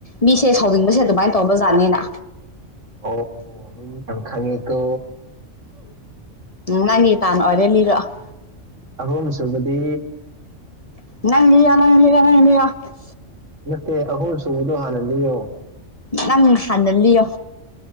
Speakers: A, on the left (about 30°); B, on the right (about 75°).
A: ꯃꯤꯁꯦ ꯁꯧꯅꯤꯡꯕꯁꯦ ꯑꯗꯨꯃꯥꯏꯅ ꯇꯧꯕ ꯖꯥꯠꯅꯤꯅ
B: ꯑꯣ ꯃꯤ ꯌꯥꯝ ꯈꯪꯉꯤꯀꯣ
A: ꯅꯪꯒꯤ ꯇꯥꯟ ꯑꯣꯏꯔꯦ ꯂꯤꯔꯛꯑꯣ
B: ꯑꯍꯨꯝꯁꯨꯨꯕꯗꯤ
A: <unintelligible>
B: ꯅꯠꯇꯦ ꯑꯍꯨꯝ ꯁꯨꯕꯗꯣ ꯍꯥꯟꯅ ꯂꯤꯌꯣ
A: ꯅꯪ ꯍꯥꯟꯅ ꯂꯤꯌꯣ